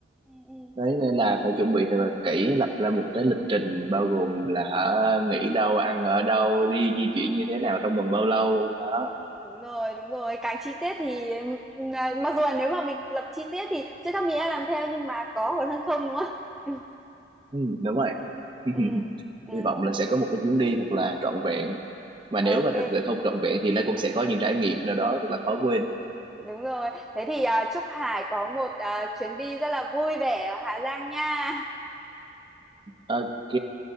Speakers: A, in the centre; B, on the right.
A: Ừ, ừ.
B: đấy nên là phải chuẩn bị thật là kỹ lập ra một cái lịch trình bao gồm là hả, nghỉ đâu ăn ở đâu đi di chuyển như thế nào trong vòng bao lâu đó
A: Đúng rồi, đúng rồi. Càng chi tiết thì à, mặc dù là nếu mà mình lập chi tiết thì chưa chắc mình đã làm theo nhưng mà có còn hơn không đúng không? <laughs>
B: ừ, đúng rồi <laughs>
A: Ừ, ừ,
B: hy vọng là sẽ có một cái chuyến đi thật là trọn vẹn mà
A: ok.
B: nếu mà thật sự không trọn vẹn thì nó cũng sẽ có những trải nghiệm nào đó rất là khó quên
A: Đúng rồi. Thế thì à, chúc Hải có một à, chuyến đi rất là vui vẻ ở Hà Giang nha.
B: ok